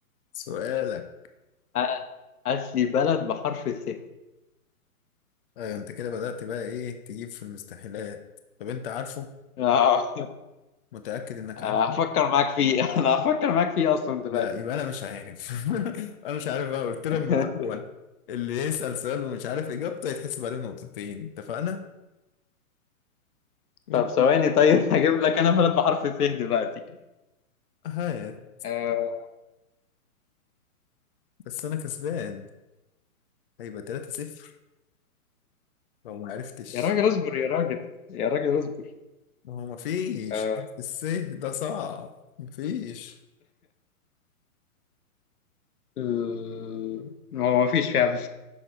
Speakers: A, on the left; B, on the left.
A: سؤالك
B: آه، هات لي بلد بحرف الث
A: ايوه انت كده بدأت بقى ايه تجيب في المستحيلات طب انت عارفه
B: آه.
A: متأكد انك
B: آه،
A: عارفه
B: هفكر معاك فيه <laughs> انا هفكر معاك فيه اصلا دلوقتي
A: لا يبقى انا مش عارف <laughs> انا مش عارف بقى قلت لك
B: <laughs>
A: من الاول اللي يسأل سؤال ومش عارف اجابته يتحسب عليه نقطتين اتفقنا وانت
B: طب ثواني طيب <laughs> هجيب لك انا بلد بحرف الث دلوقتي
A: هات
B: آه
A: بس انا كسبان هيبقى 3-0 لو ما عرفتش
B: يا راجل اصبر يا راجل يا راجل اصبر
A: ما هو ما فيش
B: آه،
A: الس ده صعب ما فيش
B: ال- هو مفيش فعلا